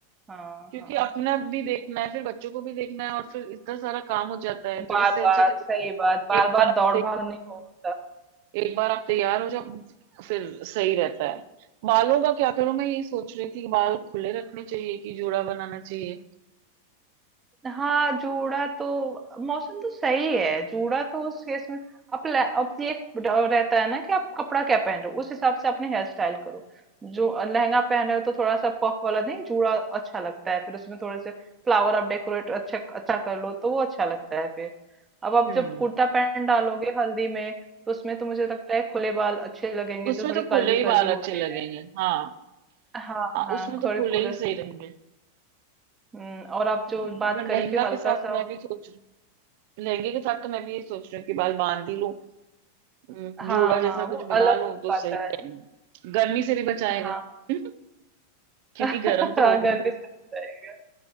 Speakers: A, on the right; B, on the right.
A: हाँ
B: क्योंकि
A: हाँ
B: अपना भी देखना है फिर बच्चों को भी देखना है और फिर इतना सारा काम हो जाता है तो
A: बार
B: इससे
A: बार
B: अच्छा तो
A: सही बात
B: एक
A: बार बार
B: बार आप
A: दौड़
B: तै-
A: भाग नहीं होता
B: एक बार आप तैयार हो जाओ फिर सही रहता है बालों का क्या करूं मैं ये सोच रही थी कि बाल खुले रखने चाहिए कि जूड़ा बनाना चाहिए
A: हाँ जूड़ा तो मौसम तो सही है जूड़ा तो उस केस में अब ल- अब ये एक ड- रहता है ना कि आप कपड़ा क्या पहन रहे हो उस हिसाब से अपने हेयर स्टाइल करो जो लहंगा पहन रहे हो तो थोड़ा सा पफ वाला नहीं जूड़ा अच्छा लगता है फिर उसमें थोड़े से फ्लावर आप डेकोरेट अच्छा अच्छा कर लो तो वो अच्छा लगता है फिर अब आप
B: हम्म
A: जब कुर्ता पैंट डालोगे हल्दी में तो उसमें तो मुझे लगता है खुले बाल अच्छे लगेंगे
B: उसमें
A: जो थोड़ी
B: तो
A: कर्ली
B: खुले ही बाल
A: कर्ली होते
B: अच्छे लगेंगे
A: हैं
B: हाँ
A: हाँ
B: हाँ
A: हाँ
B: उसमें तो
A: थोड़े
B: खुले
A: खुले
B: ही सही रहेंगे
A: हम्म, और आप
B: हम्म,
A: जो बात
B: पर लहंगा
A: करें कि हल्का
B: के साथ
A: सा
B: मैं भी सोच रही लहंगे के साथ तो मैं भी ये सोच रही हूँ कि बाल बांध ही लूं हम्म,
A: हाँ,
B: जूड़ा जैसा
A: हाँ,
B: कुछ
A: वो
B: बना
A: अलग
B: लूं
A: लुक
B: तो
A: पाता
B: सही
A: है ना।
B: रहेंगे गर्मी से भी बचाएगा
A: हाँ,
B: <laughs> क्योंकि
A: <laughs>
B: गर्म तो
A: हाँ
B: हो
A: गर्मी
B: गए
A: से बच जाएगा।